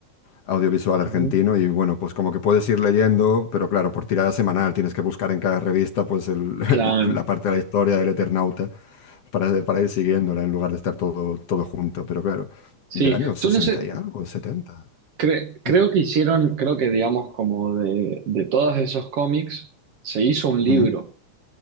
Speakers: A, on the left (about 60°); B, on the right (about 55°).
A: audiovisual argentino
B: ujú,
A: y bueno, pues como que puedes ir leyendo, pero claro, por tirada semanal tienes que buscar en cada revista pues el- <laughs>
B: claro,
A: la parte de la historia del Eternauta para, para ir siguiéndola en lugar de estar todo, todo junto, pero claro,
B: sí,
A: del año 60
B: yo no sé,
A: y algo, setenta
B: cre- creo
A: Uf.
B: que hicieron, creo que digamos como de, de todos esos cómics, se hizo un libro
A: Mm.